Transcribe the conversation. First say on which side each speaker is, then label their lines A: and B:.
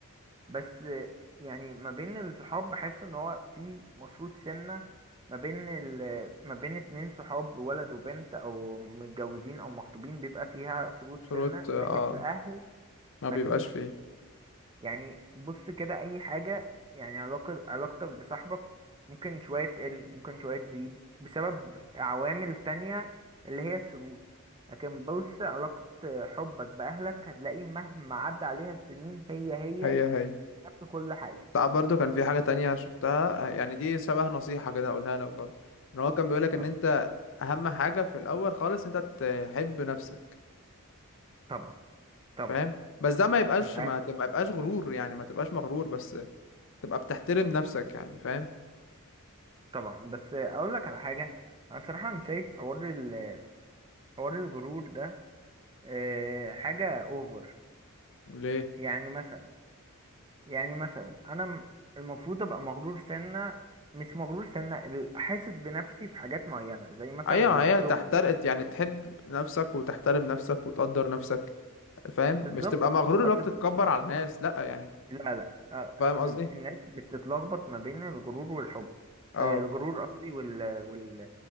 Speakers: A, on the right; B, on the left.
A: بس آه، يعني ما بين الصحاب بحس ان هو في مشروط سنه ما بين ال... ما بين اتنين صحاب ولد وبنت او متجوزين او مخطوبين بيبقى فيها شروط
B: شروط
A: سنه
B: اه
A: لكن الاهل
B: ما
A: ما
B: بيبقاش
A: فيش
B: فيه
A: يعني بص كده اي حاجة يعني علاقة علاقتك بصاحبك ممكن شوية تقل ممكن شوية تزيد بسبب عوامل تانية اللي هي الشروط لكن بص علاقة حبك بأهلك هتلاقي مهما عدى عليها السنين هي هي
B: هي هي
A: نفس كل حاجة
B: تعب برضو كان في حاجة تانية شفتها يعني دي شبه نصيحة كده هقولها لك برضو ان هو كان بيقولك ان
A: اه
B: انت اهم حاجه في الاول خالص انت تحب نفسك
A: طبعا طبعا
B: فاهم بس ده ما يبقاش
A: انت عارف
B: ما تبقى يبقاش غرور يعني ما تبقاش مغرور بس تبقى بتحترم نفسك يعني فاهم
A: طبعا بس اقول لك على حاجة انا صراحة انا شايف حوار ال- حوار الغرور ده آه، حاجة اوفر
B: ليه
A: يعني مثلا يعني مثلا انا م- المفروض ابقى مغرور سنة مش مغرور سنة ال- حاسس بنفسي في حاجات معينة زي مثلا
B: ايوه
A: الشغل
B: هي تحترق يعني تحب نفسك وتحترم نفسك وتقدر نفسك فاهم
A: بالظبط
B: مش تبقى مغرور اللي
A: اصل
B: هو بتتكبر على الناس لا يعني
A: لا لا أ-
B: فاهم
A: اصل
B: قصدي
A: الناس بتتلخبط ما بين الغرور والحب
B: اه
A: آه، الغرور قصدي وال وال